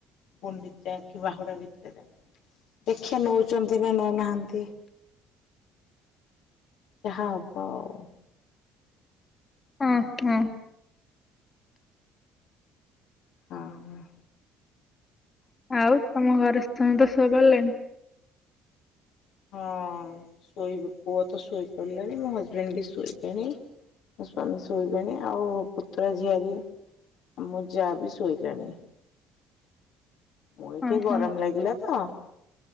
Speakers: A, on the left; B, on the left.
A: ଗୁଣ୍ଡିଚା କି ବାହୁଡ଼ା ଭିତେରେ। ଦେଖିବା ନଉଛନ୍ତି ନା ନଉନାହାନ୍ତି? ଯାହା ହବ ଆଉ।
B: ହଁ- ହଁ।
A: ଆଉ ହଁ
B: ଆଉ ତମ ଘରେ ସମସ୍ତେ ଶୋଇ ପଇଲେଣିି?
A: ହଁ ଶୋଇ ପୁଅ ତ ଶୋଇପଡ଼ିଲାଣି, ମୋ ହଜବେଣ୍ଡ ବି ଶୋଇବେଣି। ମୋ ସ୍ୱାମୀ ଶୋଇବେଣି ଆଉ ପୁତୁରା ଝିଆରି ମୋ ଯାଆ ବିି ଶୋଇଲାଣି। ମୁଁ ଏଇଠି
B: ଓ
A: ଗରମ
B: ହୋ
A: ଲାଗିଲା ତ